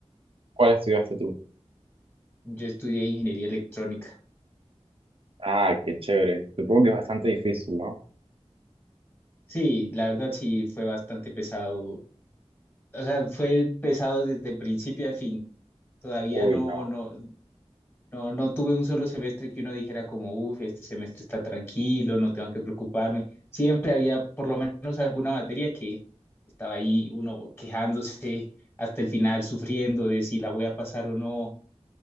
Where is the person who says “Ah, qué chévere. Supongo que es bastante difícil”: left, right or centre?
Right